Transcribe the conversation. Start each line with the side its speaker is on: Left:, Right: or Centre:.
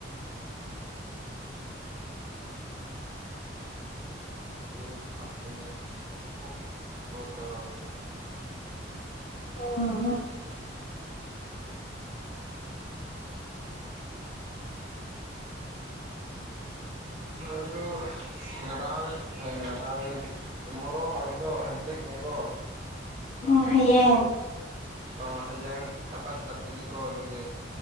Right: ꯑꯗꯨꯒ ꯊꯝꯕꯅꯦ ꯑꯃꯨꯛꯀ ꯀꯣꯜ ꯇꯧꯔꯛꯑꯒꯦ
Left: <unintelligible> <inaudible>
Right: ꯑꯗꯣ ꯉꯔꯥꯡ ꯑꯦ ꯉꯔꯥꯡ ꯇꯨꯃꯣꯔꯣ ꯍꯥꯏꯕ ꯗꯣ ꯍꯟꯆꯤꯛꯅꯦ ꯀꯣ
Left: ꯎꯝ ꯍꯌꯦꯡ
Right: ꯑ ꯍꯌꯦꯡ ꯊꯕꯛ ꯆꯠꯀꯅꯤꯀꯣ ꯑꯗꯨꯗꯤ